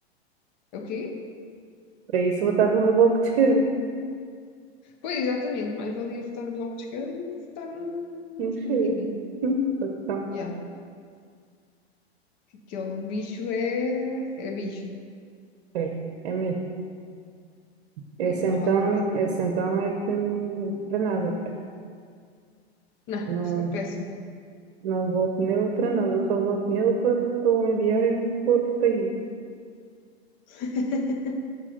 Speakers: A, on the left; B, on the right.
A: É o quê?
B: Para isso votava no bloco de esquerda.
A: Pois, exatamente, mais valia votar no Bloco de Esquerda do que votar num
B: Não
A: estupidinho.
B: chega. Hum, então,
A: Yeah, aquele bicho é, é bicho
B: É, é mesmo. Esse
A: e não
B: então,
A: vale a pena.
B: esse então é que não- para nada.
A: Não,
B: Não,
A: isso é péssimo.
B: não voto nele para nada. Eu só voto nele para, para o enviarem para outro país.
A: <laughs>